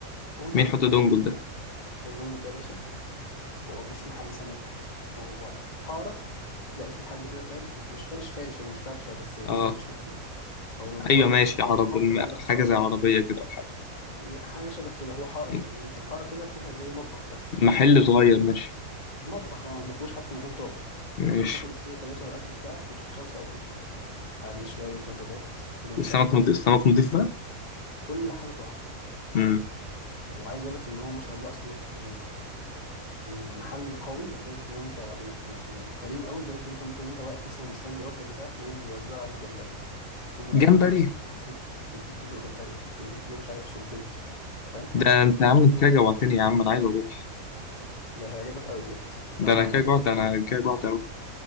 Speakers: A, on the left (about 30°); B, on the left (about 50°).
A: حوده
B: مين حط دونجل ده
A: حوده دنجل ده يا باشا هو مش محل سمك هو حارة تلاقي في حد كده فارش بت... مش فارش فارش يعني مش فرشة بس يعني
B: اه
A: هو مش محل هو مجرد
B: ايوه ماشي عرب
A: مط- مطبخ
B: الم-
A: كده في
B: حاجه
A: حارة
B: زي عربيه كده او حاجه
A: هي حاجة شبه كده هو حائل
B: م-
A: يعني انت الحارة كده فيها زي مطبخ بس
B: محل صغير ماشي
A: المطبخ اه ما فيهوش حتى مكان تقعد
B: ماشي
A: انت بتاخد السمك يا باشا والاكل بتاعك وتروح تقعد في اي حتة عليه شوية وجبات جمبري
B: السمك
A: بقى
B: نضيف
A: و-
B: السمك نضيف بقى
A: كل حاجة تحفة
B: امم
A: وعايز اقول لك ان هو ما شاء الله اصلا يعني يعني محل قوي لدرجه ان هو انت و... و... و- وكريم قوي لدرجه ان انت ممكن وانت واقف مثلا مستني الاوردر بتاعك تلاقيهم بيوزعوا عليك جمبري تقوم انت
B: جمبري
A: واقف كده مثلا يديك يديك تدوق جمبري يديك تدوق مش عارف صبيط فاهم
B: ده انت يا عم
A: تقوم
B: انت
A: هو-
B: كده جوعتني يا عم انا عايز اروح
A: ده هيعجبك قوي بجد
B: ده
A: طعمه
B: انا كده جوعت
A: خطير
B: انا كده جوعت قوي